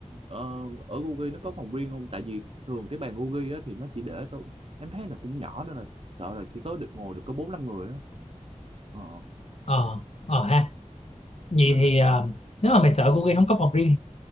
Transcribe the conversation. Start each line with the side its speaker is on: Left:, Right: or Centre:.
Right: ờ, ở Gogi nó có phòng riêng không tại vì thường cái bàn Gogi á thì nó chỉ để tôi em thấy là cũng nhỏ nên là sợ là chỉ có được ngồi được có bốn năm người á ờ,
Left: ờ ờ ha vậy
Right: nên là
Left: thì ờ, nếu mà mày sợ cô kia không có phòng riêng